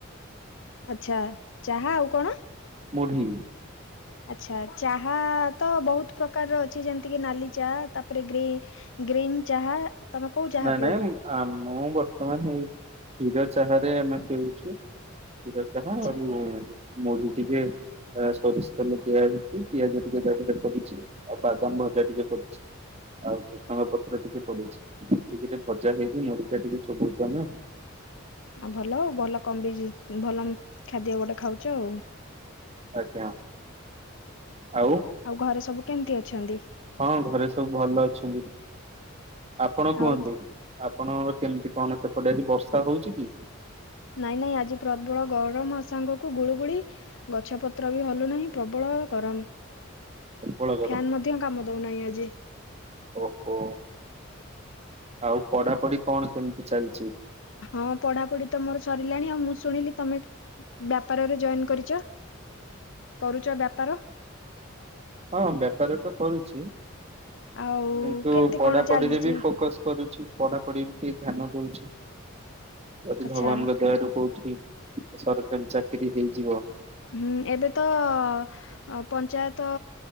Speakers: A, on the left; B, on the right.
A: ଆଚ୍ଛା ଚାହା ଆଉ କଣ?
B: ମୁଢ଼ି।
A: ଆଚ୍ଛା ଚାହା ତ ବହୁତ ପ୍ରକାରର ଅଛି, ଯେମିତିକ ନାଲି ଚା ତାପରେ ଗ୍ରେ ଗ୍ରୀନ ଚାହା ତମେ କୋଉ ଚାହା
B: ନାଇଁ
A: ପିଉଛ
B: ନାଇଁ ଆ ମୁଁ ବର୍ତ୍ତମାନେ, କ୍ଷୀର ଚାହାରେ ଆମେ ପିଉଛୁ। କ୍ଷୀର ଚାହା
A: ଆଚ୍ଛା
B: ଆଉ ମୁଢି ଟିକେ ସୋରିଷ ତେଲ ଦିଆ ହେଇଛି, ପିଆଜ ଟିକେ ତା ଦେହେରେ ପଡିଛି, ଆଉ ବାଦାମ ଭଜା ଟିକେ ପଡିଛି। ଆଉ ଭୃସୁଙ୍ଗ ପତ୍ର ଟିକେ ପଡିଛି, ଏତିକି ରେ ଭଜା ହେଇକି ମୁଢ଼ିଟା ଟିକେ ଚୋବଉଚୁ ଆମେ ଆଉ।
A: ଆଉ ଭଲ, ଆଉ ଭଲ କମ୍ବି ଭଲ ଖାଦ୍ୟ ଗୋଟେ ଖାଉଛ ଆଉ।
B: ଆଜ୍ଞା ଆଉ
A: ଘରେ ସବୁ କେମିତି ଅଛନ୍ତି?
B: ହଁ ଘରେ ସବୁ ଭଲ ଅଛନ୍ତି। ଆପଣ
A: ଆଉ
B: କୁହନ୍ତୁ, ଆପଣଙ୍କର କେମିତି କଣ ସେପଟେ ଆଜି ବର୍ଷା ହଉଛି କି?
A: ନାଇଁ ନାଇଁ ଆଜି ପ୍ରବଳ ଗରମ ସାଙ୍ଗକୁ ଗୁଳୁଗୁଳି ଗଛ ପତ୍ର ବି ହଲୁ ନାହିଁ, ପ୍ରବଳ ଗରମ।
B: ପ୍ରବଳ
A: ଫ୍ୟାନ ମଧ୍ୟ କାମ ଦଉନାହିଁ ଆଜି।
B: ଓ ହୋ ଆଉ ପଢାପଢି କଣ କେମିତି ଚାଲିଛି?
A: ହଁ ପଢାପଢି ତ ମୋର ସରିଲାଣି, ଆଉ ମୁଁ ଶୁଣିଲି ତମେ ବ୍ୟାପାରରେ ଜଏନ୍ କରିଚ, କରୁଚ ବ୍ୟାପାର।
B: ହଁ ବେପାର ତ କରୁଚି। କିନ୍ତୁ
A: ଆଉ କେମିତି
B: ପଢାପଢିରେ
A: କଣ ଚାଲିଛି
B: ବି ଫୋକସ କରୁଛି। ପଢା ପଢି ଟିକେ ଧ୍ୟାନ ଦଉଛି, ଯଦି
A: ଆଚ୍ଛା
B: ଭଗବାନଙ୍କ ଦୟାରୁ କୋଉଠି ସରକାରୀ ଚାକିରି ହେଇଯିବ।
A: ହୁଁ ଏବେ ତ ଆ ପଞ୍ଚାୟତ